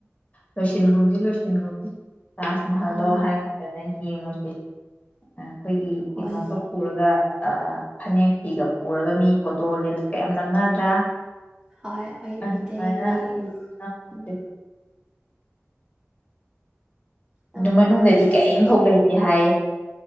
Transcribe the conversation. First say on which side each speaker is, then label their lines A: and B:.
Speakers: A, on the left (about 30°); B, on the right (about 20°).
A: ꯂꯣꯁꯟꯒꯨꯝꯨꯝꯖꯤ ꯂꯣꯁꯟꯒꯨꯝꯁꯤ ꯇꯥꯖ ꯃꯍꯍꯜꯗꯣ
B: ꯑꯥ
A: ꯍꯥꯏꯒꯨꯝꯗꯅ ꯌꯦꯉꯨꯁꯤ ꯑ ꯑꯩꯈꯣꯏꯒꯤ
B: ꯍꯣꯏ
A: ꯀꯩꯅꯣꯒ ꯄꯨꯔꯒ ꯐꯅꯦꯛ ꯐꯤꯒ ꯄꯨꯔꯒ ꯃꯤ ꯐꯣꯇꯣ ꯔꯤꯜꯁꯀ ꯌꯥꯝ ꯅꯝꯅꯗ꯭ꯔꯥ
B: ꯍꯣꯏ ꯑꯩꯈꯣꯏ
A: ꯑꯗꯨꯃꯥꯏꯅ
B: ꯃꯤꯇꯩꯒꯤ
A: ꯑꯩꯈꯣꯏꯁꯨ ꯅꯝꯃꯁꯦ
B: ꯎꯝ ꯅꯪꯕꯨꯁꯨ
A: ꯑꯗꯨ ꯃꯅꯨꯡꯗꯗꯤ
B: ꯅꯪꯕꯨꯁꯨ
A: ꯀꯔꯤꯝꯐꯥꯎ
B: ꯏꯆꯦ
A: ꯂꯩꯇꯦ ꯍꯥꯏꯌꯦ